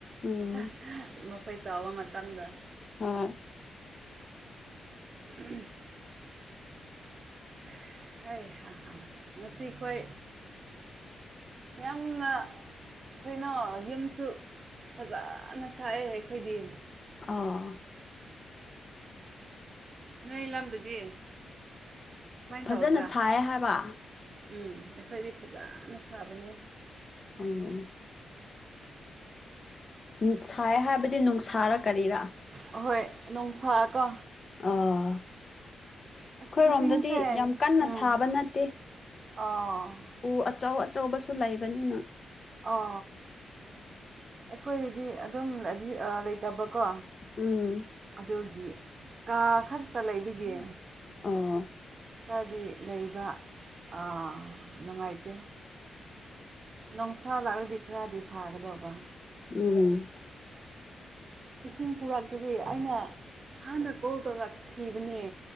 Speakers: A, on the left; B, on the right.
A: ꯎꯝ
B: ꯑꯩꯈꯣꯏ ꯆꯥꯎꯕ ꯃꯇꯝꯗ
A: ꯍꯣꯏ
B: <unintelligible> ꯍꯣꯏ ꯍꯥ ꯍꯥꯥ ꯉꯁꯤꯈꯣꯏ ꯌꯥꯝꯅ ꯀꯔꯤꯅꯣ ꯌꯨꯝꯁꯨ ꯐꯖꯅ ꯁꯥꯏꯑꯦ ꯑꯩꯈꯣꯏꯗꯤ
A: ꯑꯣ
B: ꯅꯣꯏ ꯂꯝꯗꯗꯤ ꯀꯃꯥꯏꯅ
A: ꯐꯖꯅ
B: ꯇꯧꯗ꯭ꯔꯥ
A: ꯁꯥꯏ ꯍꯥꯏꯕ
B: ꯎꯝ ꯑꯩꯈꯣꯏꯗꯤ ꯐꯖꯅ ꯁꯥꯕꯅꯦ
A: <unintelligible> ꯅꯨꯡꯁꯥꯏ ꯍꯥꯏꯕꯗꯤ ꯅꯨꯡꯁꯥꯔꯥ ꯀꯔꯤꯔꯥ
B: ꯍꯣꯏ ꯅꯨ ꯅꯨꯡꯁꯥꯀꯣ
A: ꯑꯥ ꯑꯩꯈꯣꯏꯔꯣꯝꯗꯗꯤ
B: ꯑꯁ ꯏꯁꯤꯡꯁꯦ
A: ꯌꯥꯝ ꯀꯟꯅ
B: ꯎꯝ
A: ꯁꯥꯕ ꯅꯠꯇꯦ
B: ꯑꯣ
A: ꯎ ꯑꯆꯧ ꯑꯆꯧꯕꯁꯨ ꯂꯩꯕꯅꯤꯅ
B: ꯑꯣ ꯑꯩꯈꯣꯏꯒꯤꯗꯤ ꯑꯗꯨꯝ ꯑꯗꯤ ꯑ ꯂꯩꯇꯕꯀꯣ
A: ꯎꯝ
B: ꯑꯗꯨꯒꯤ ꯀꯥ ꯈꯛꯇ ꯂꯩꯕꯒꯤ
A: ꯑꯣ
B: ꯈꯔꯗꯤ ꯂꯩꯕ ꯑ ꯅꯨꯡꯉꯥꯏꯇꯦ ꯅꯨꯡꯁꯥ ꯂꯥꯛꯔꯗꯤ ꯈꯔꯗꯤ ꯐꯥꯒꯗꯧꯕ
A: ꯎꯝ
B: ꯏꯁꯤꯡ ꯄꯨꯔꯛꯇ꯭ꯔꯤ ꯑꯩꯅ ꯍꯥꯟꯅ ꯀꯣꯜ ꯇꯧꯔꯛꯈꯤꯕꯅꯦ